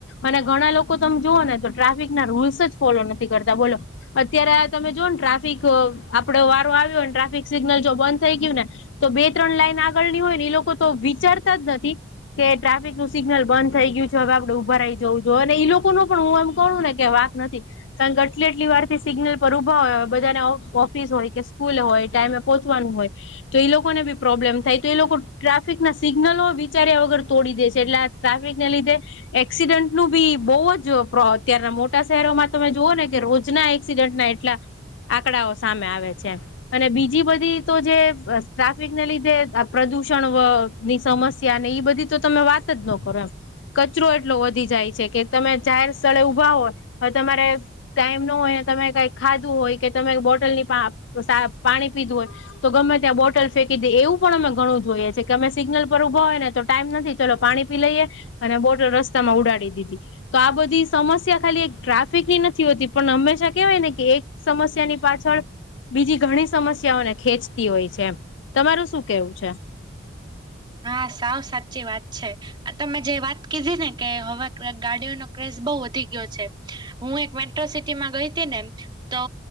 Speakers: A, on the left; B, on the right.
A: અને ઘણા લોકો તમે જુઓ ને તો ટ્રાફિક ના રૂલ્સ જ ફોલો નથી કરતા, બોલો. અત્યારે તમે જોઓ ને ટ્રાફિક આપડો વારો આવ્યોને ટ્રાફિક સિગ્નલ જો બંધ થઈ ગીયું ને તો, બે ત્રણ લાઈન આગળની હોય ને એ લોકો તો વિચારતા જ નથી. કે ટ્રાફિક નું સિગ્નલ બંધ થઈ ગીયું છે, હવે આપડે ઉભા રઈ જવું જો અને ઈ લોકો નુ પણ હું એમ કણુ ને કે વાંક નથી. સંગ અટલે એટલી વાર થી સિગ્નલ પર ઊભા હોય બધાને ઓફિસ હોય કે સ્કૂલ હોય. ટાઈમે પોચવાનું હોય, તો ઈ લોકોને બી પ્રોબ્લેમ થાય તો, ઈ લોકો ટ્રાફિક ના સિગ્નલો વિચાર્યા વગર તોડી દે છે એટલે ટ્રાફિક ને લીધે એક્સિડન્ટનું બી બોવ જ પ્રો અત્યારના મોટા શહેરોમાં તમે જુઓ ને કે રોજના એક ક્સિડેન્ટ ના એટલા આંકડાઓ સામે આવે છે. અને બીજી બધી તો જે ટ્રાફિકને લીધે અ પ્રદુષણ વ ની સમસ્યા ને ઈ બધી તો તમે વાત જ ન કરો એમ. કચરો એટલો વધી જાય છે કે, તમે જાહેર સ્થળે ઊભા હોય અવે તમારે ટાઈમ ન હોયને તમે કઈક ખાધું હોય કે, તમે બોટલ ની પા સા પાણી પીધું હોય. તો ગમે ત્યાં બોટલ ફેંકી દે એવું પણ અમે ઘણું જોઈએ છે, કે અમે સિગ્નલ પર ઉભા હોય ને તો ટાઈમ નથી ચલો પાણી પી લઈએ અને બોટર રસ્તામાં ઉડાડી દીધી. તો આ બધી સમસ્યા ખાલી ટ્રાફિક ની નથી હોતી પણ હંમેશા કેવાય ને કે એક સમસ્યા ની પાછળ બીજી ઘણી સમસ્યાઓને ખેંચતી હોય છે એમ. મારું શું કેવું છે?
B: હા, સાવ સાચી વાત છે. અન તમે જે વાત કીધી ને કે હવે ગાડીઓનો ક્રેઝ બવ વધી ગીયો છે. હું એક મેટો સિટી માં ગઈ તી ને તો